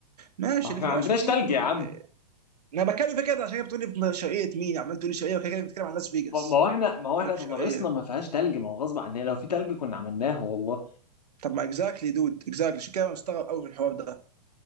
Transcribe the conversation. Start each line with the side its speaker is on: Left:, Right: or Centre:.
Right: ماشي
Left: ما
Right: اللي
Left: احنا
Right: في
Left: ما
Right: العشب
Left: عندناش
Right: دي
Left: تلج
Right: م-
Left: يا عم
Right: م- انا بتكلم في كده عشان كده بتقول لي شرقيه مين عمال تقول لي شرقيه وكده كده بتتكلم عن لاس فيجاس
Left: ما ما هو احنا ما هو احنا
Right: بقول لك
Left: تضاريسنا
Right: شرقيه
Left: ما فيهاش تلج ما هو غصب عننا لو في تلج كنا عملناه والله
Right: طب ما اكزاكتلي دود اكزاكتلي عشان كده أنا مستغرب قوي من الحوار ده